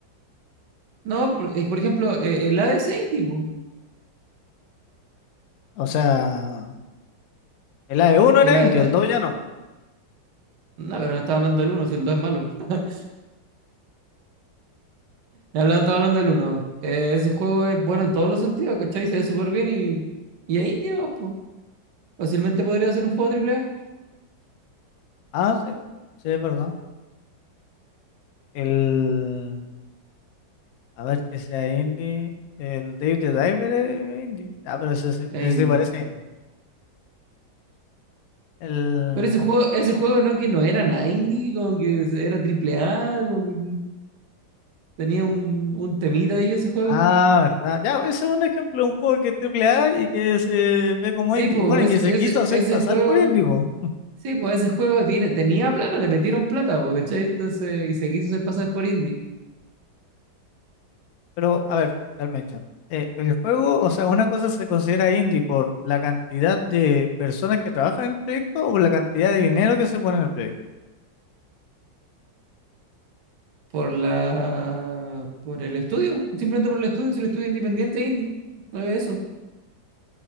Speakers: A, on the right (about 65°); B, on the left (about 65°).
A: No, por, eh, por ejemplo, eh, el ADC Indie, po.
B: O sea, el AE1
A: El,
B: era
A: A-
B: indie, el 2 ya no.
A: No, pero estaba hablando del uno, si el 2 es malo. <laughs> hablando- Estaba hablando del uno. Eh, ese juego es bueno en todos los sentidos, ¿cachai? Se ve súper bien y, y es indie, nomás, po. Fácilmente podría ser un juego triple A.
B: Ah, sí, sí, es verdad. El... A ver, que sea indie. El Dave the Diver es indie. Ah, pero ese sí,
A: e
B: ese
A: in-
B: sí parece indie. El...
A: Pero ese juego, ese juego no que no era nada indie, como que era triple A, como que tenía un, un temita ahí ese juego.
B: Ah, verdad. Ya, eso es un ejemplo, de un juego que es triple A y que se ve como
A: Sí,
B: indie.
A: pues,
B: Bueno, y que se
A: ese,
B: quiso
A: ese,
B: hacer
A: ese
B: pasar
A: juego,
B: por indie, po.
A: sí, pues ese juego tiene, tenía plata, le metieron plata, po, ¿cachai? Entonces, y se quiso hacer pasar por indie.
B: Pero, a ver, Carmen Chan, eh, el juego, o sea, una cosa se considera indie por la cantidad de personas que trabajan en el proyecto o por la cantidad de dinero que se pone en el proyecto.
A: por la por el estudio, simplemente por el estudio, si el estudio es independiente es indie, no es eso.